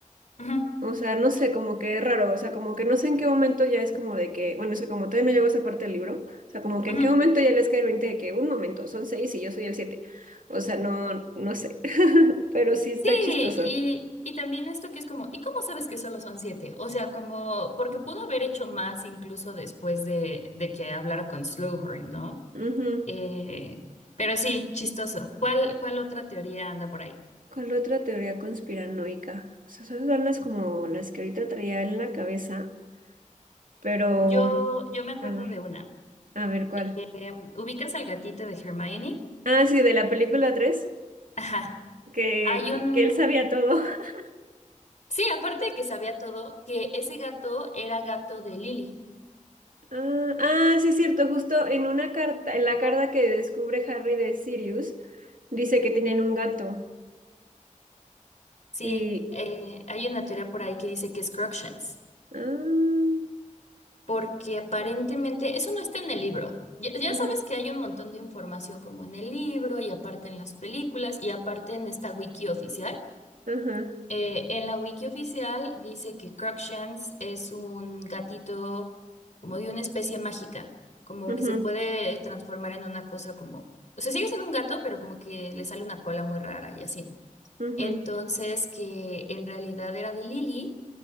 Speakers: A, on the left; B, on the right.
A: Ujú,
B: o sea, no sé, como que es raro, o sea, como que no sé en qué momento ya es como de que, bueno, es que como todavía no llegó esa parte del libro, o sea, como que
A: ujú.
B: en qué momento ya les cae el 20 de que un momento, son seis y yo soy el siete, o sea, no, no sé, <laughs> pero sí está
A: Sí,
B: chistoso.
A: y, y también esto que es como, ¿y cómo sabes que solo son siete? O sea, como, porque pudo haber hecho más incluso después de, de que hablara con Slughorn, ¿no?
B: Ujú.
A: Eh, pero sí, chistoso. ¿Cuál, cuál otra teoría anda por ahí?
B: ¿Cuál otra teoría conspiranoica? O sea, esas son las como las que ahorita traía en la cabeza, pero
A: Yo, yo me acuerdo
B: a ver,
A: de una.
B: a ver cuál.
A: Em, ¿ubicas al gatito de Hermione?
B: Ah, sí, de la película 3,
A: Ajá.
B: que,
A: Hay
B: que,
A: un...
B: que él sabía todo. <laughs>
A: Sí, aparte de que sabía todo, que ese gato era gato de Lily.
B: Ah, ah, sí, cierto, justo en una carta, en la carta que descubre Harry de Sirius, dice que tienen un gato.
A: Sí,
B: Y
A: eh, hay una teoría por ahí que dice que es Crookshanks,
B: ah,
A: porque aparentemente eso no está en el libro. Ya, ya
B: ajá,
A: sabes que hay un montón de información como en el libro y aparte en las películas y aparte en esta wiki oficial.
B: ajá,
A: Eh, en la wiki oficial dice que Crookshanks es un gatito como de una especie mágica, como
B: ujú,
A: que se puede transformar en una cosa como... O sea, sigue siendo un gato, pero como que le sale una cola muy rara y así.
B: ujú,
A: Entonces, que en realidad era de Lily